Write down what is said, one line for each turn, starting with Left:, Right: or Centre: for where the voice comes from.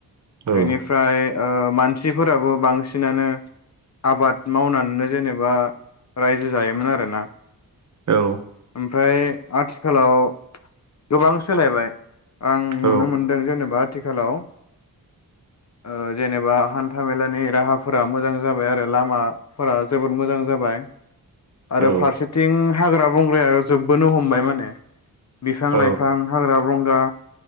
Right: औ
Left: एनिफ्राय ओ मानसि फोराबो बांसिनानो आबाद मावनानैनो जेनेबा रायजो जायोमोन आरोना।
Right: औ।
Left: ओमफ्राय आथिखालाव गोबां सोलायबाय। आं
Right: औ
Left: नुनो मोनदों जेनेबा आथिखालाव ओ जेनेबा हान्थामेलानि राहाफोरा मोजां जाबाय आरो लामाफोरा जोबोद मोजां जाबाय। आरो
Right: औ
Left: फारसेथिं हाग्रा बंग्राया जोबबोनो हमबाय माने। बिफां
Right: औ
Left: लाइफां हाग्रा बंग्रा